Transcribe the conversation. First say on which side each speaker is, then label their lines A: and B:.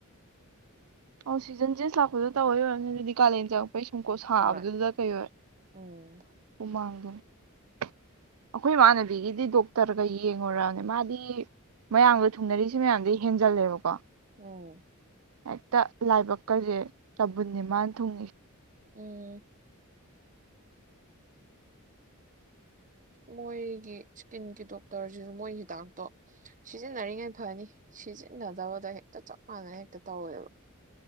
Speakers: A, on the right; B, on the right.
A: ꯑꯣ ꯁꯤꯖꯟ ꯆꯦꯟꯁ ꯂꯥꯛꯄꯗ ꯇꯧꯏ ꯑꯣꯏꯔꯝꯃꯤ ꯑꯗꯨꯗꯤ ꯀꯥꯂꯦꯟ ꯆꯪ ꯑꯩꯩ ꯁꯨꯝꯀꯣ ꯁꯥꯕꯗꯨꯗ
B: ꯍꯣꯏ
A: ꯀꯩ ꯑꯣꯏ ꯑꯩꯈꯣꯏ
B: ꯎꯝ
A: ꯏꯃꯥꯟꯅꯕꯤꯒꯤꯗꯤ ꯗꯣꯛꯇꯔꯒ ꯌꯦꯡꯉꯨꯔꯅꯦ ꯃꯥꯗꯤ ꯃꯌꯥꯝꯒ ꯊꯨꯡꯅꯔꯤꯁꯤ ꯃꯌꯥꯝꯗꯩ ꯍꯦꯟꯖꯜꯂꯦꯕꯀꯣ
B: ꯎꯝ
A: ꯍꯦꯛꯇ ꯂꯥꯏꯕꯛ ꯀꯁꯦ ꯆꯕꯨꯟꯅꯤ ꯃꯥꯥꯟ ꯊꯨꯡꯉꯤꯁꯦ
B: ꯎꯝ ꯃꯣꯏꯒꯤ ꯏꯁꯀꯤꯟꯒꯤ ꯗꯣꯛꯇꯔꯁꯤꯁꯨ ꯃꯣꯏꯒꯤ ꯍꯤꯗꯥꯛꯇꯣ ꯁꯤꯖꯤꯟꯅꯔꯤꯉꯩ ꯐꯅꯤ ꯁꯤꯖꯤꯟꯅꯗꯕꯗ ꯍꯦꯛꯇ ꯆꯞ ꯃꯥꯟꯅꯅ ꯍꯦꯛꯇ ꯇꯧꯋꯦꯕ